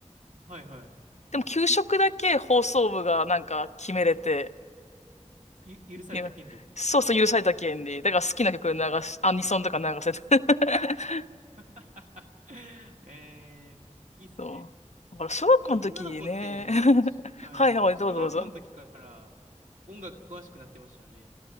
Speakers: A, on the right; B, on the left.
A: はいはい。
B: でも給食だけ放送部がなんか決めれて、
A: ゆ、許された権利。
B: いやそうそう許された権利。だから好きな曲流し、アニソンとか流せて。<laughs>
A: <laughs> えー、いいっすね。
B: そう。だから小学校の時ね。
A: なんか女の子って、
B: <laughs>
A: しはい、
B: はいはい、
A: 小学校の時から
B: どうぞどうぞ。
A: 音楽詳しくなってましたよね。